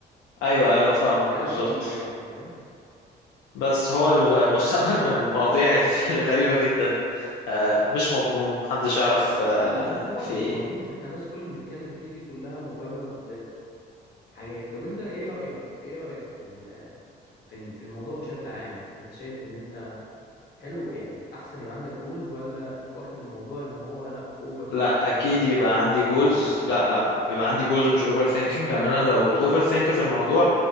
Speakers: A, on the left; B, on the left.
A: ايوه ايوه فاهمك
B: ده
A: بالظبط
B: رأيي يعني فاهم
A: بس هو ال- <laughs> المستقبل من المواضيع ال- <laughs> الغريبة جدا آه مش مضمون محدش يعرف آه
B: لا لا ده طبعا
A: في
B: مش
A: ايه
B: مضمون احنا بس كل اللي بنتكلم فيه دي كلها مجرد حاجات طب انت ايه رأيك ايه رأيك في ال- في ال- في الموضوع بشكل عام يعني انت شايف ان انت حلو يعني احسن يبقى عندك جولز ولا واخد الموضوع ان هو لا اوفر ثينكينج
A: لا اكيد
B: زي ما انت
A: يبقى
B: قلت
A: عندي
B: وهيلود
A: جولز
B: عليك
A: لا لا يبقى
B: مم.
A: عندي جولز مش اوفر ثينكينج لان انا لو بت اوفر ثينك في الموضوع